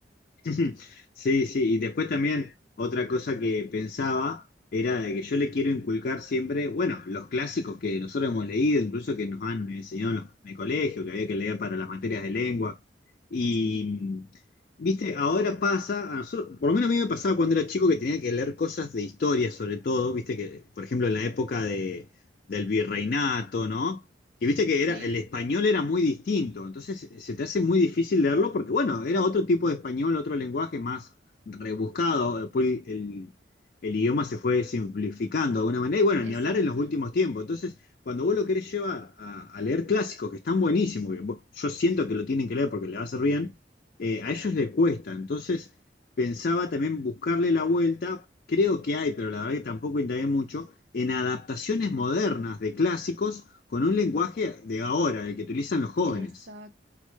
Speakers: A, on the left; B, on the right.
A: <laughs> Sí, sí, y después también otra cosa que pensaba era de que yo le quiero inculcar siempre, bueno, los clásicos que nosotros hemos leído, incluso que nos han enseñado en, los- en el colegio, que había que leer para las materias de lengua. Y,
B: Sí,
A: viste, ahora pasa, a nosotros, por lo menos a mí me pasaba cuando era chico que tenía que leer cosas de historia sobre todo, viste, que por ejemplo en la época de, del virreinato, ¿no? que viste que
B: sí,
A: era, el español era muy distinto, entonces eh, se te hace muy difícil leerlo porque, bueno, era otro tipo de español, otro lenguaje más rebuscado, después el, el- el idioma se fue simplificando de alguna manera, y bueno,
B: exacto,
A: ni hablar en los últimos tiempos, entonces cuando vos lo querés llevar a, a leer clásicos que están buenísimos, que vos- yo siento que lo tienen que leer porque le va a hacer bien, eh, a ellos les cuesta, entonces pensaba también buscarle la vuelta, creo que hay, pero la verdad que tampoco indagué mucho, en adaptaciones modernas de clásicos con un lenguaje de ahora, el que utilizan los jóvenes.
B: exacto.